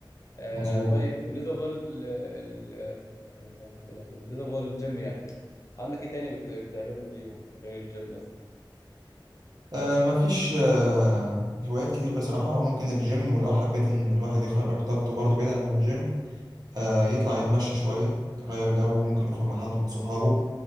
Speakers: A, on the left; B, on the right.
A: آه
B: مظبوط
A: طيب بالنسبه لدول ال- ال- آه، اللهم صل على سيدنا- بالنسبه لدول الجيم يعني عندك ايه تاني بت... بتعمله في اليوم غير الجيم مثلا
B: آه مفيش آه هوايات كتير بصراحة وممكن الجيم ولو حبيت ان الواحد يخرج طاقته برضو بعيد عن الجيم آه يطلع يتمشى شوية يغير جو ممكن يخرج مع حد من صحابه